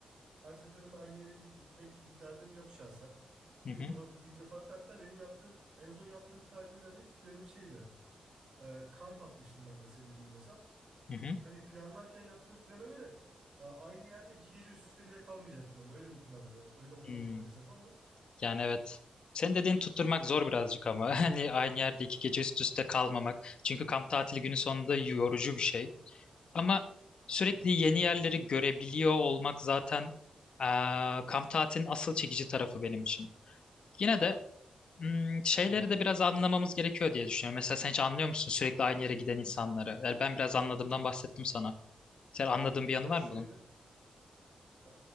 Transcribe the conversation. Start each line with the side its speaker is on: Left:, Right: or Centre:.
Right: Her seferinde aynı yere gibi gitmek gibi bir derdim yok şahsen. Gidip
Left: Hı hı,
Right: olabildiğince farklı. Hatta benim yaptığım en son yaptığım tatilde hani planım şeydi. Ee, kamp atmıştım ben de senin dediğin hesap.
Left: hı hı.
Right: Hani planlarken yaptığım plana göre a- aynı yerde iki gece üst üste bile kalmayacaktım. Hani öyle bir plandı. Öyle olmadı
Left: Hmm,
Right: maalesef ama
Left: Yani evet. Senin dediğin tutturmak zor birazcık ama <laughs> hani aynı yerde iki gece üst üste kalmamak. Çünkü kamp tatili günü sonunda yorucu bir şey. Ama sürekli
Right: kesinlikle.
Left: yeni yerleri görebiliyor olmak zaten e, kamp tatilinin asıl çekici tarafı benim için. Yine de Hmm, şeyleri
Right: Hı.
Left: de biraz anlamamız gerekiyor diye düşünüyorum. Mesela sen hiç anlıyor musun sürekli aynı yere giden insanları? Yani ben biraz anladığımdan bahsettim sana. Sen anladığın bir yanı
Right: Ya
Left: var
Right: şöyle
Left: mı bunun?
Right: e,